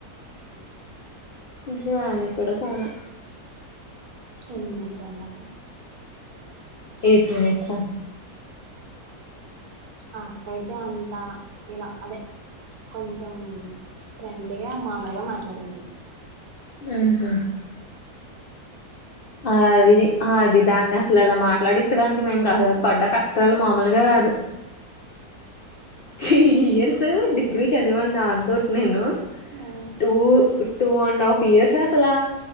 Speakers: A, on the left; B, on the right.
A: ఇ ఆనకూడ పోను
B: అన్ని మినిట్స్ అయింది అక్క
A: ఎయిట్ మనిట్స్ రా
B: అక్క ఐతే అంతా ఇలా అదే కొంచెం ఫ్రెండ్లీగా మామూలుగా మాట్లాడిందంటడి
A: ఉహ అది అది దాన్ని అసలు అలా మాట్లాడించడానికి మేం కా పడ్డ కష్టాలు మామూలుగా కాదు త్రీ ఇయర్స్ డిగ్రీ చదివాను దాంతో నేను
B: ఆ
A: two two and half years అసలా